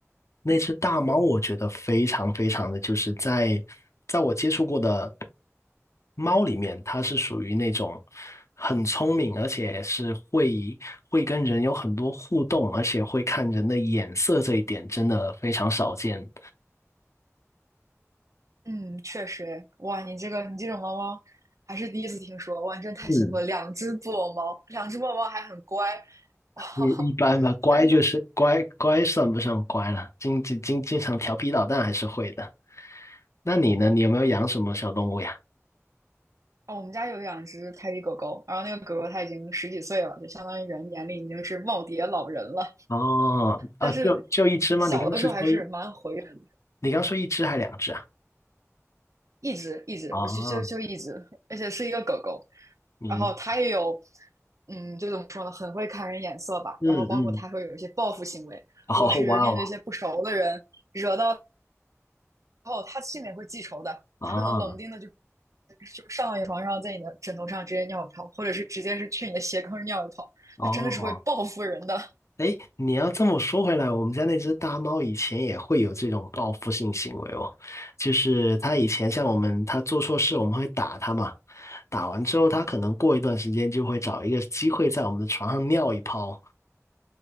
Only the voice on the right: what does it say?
嗯，确实，哎哇，你这个你这种猫猫还是第一次听说，哇，你真太幸福了，
两只布偶猫，两只布偶猫还很乖，哇、<laughs>
天呐！
哦，我们家有两只泰迪狗狗，然后那个狗狗它已经十几岁了，就相当于人眼里已经是耄耋老人了。
但是
小的时候还是蛮活跃的，
一直一直，
我就就就一直，而且是一个狗狗，
然后它也有，嗯，就怎么说呢，很会看人眼色吧，
然后包括它会有一些报复行为，
如果是面对一些不熟的人，
惹到后，它心里也会记仇的。
它可能冷不丁的就就上你床上，在你的枕头上直接尿一泡，或者是直接是去你的鞋坑尿一泡，
它真的是会报复人的。